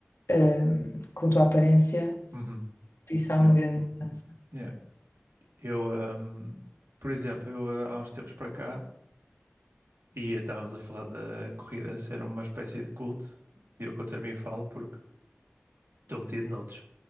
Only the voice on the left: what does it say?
hum, com a tua aparência,
por isso há
uma grande mudança.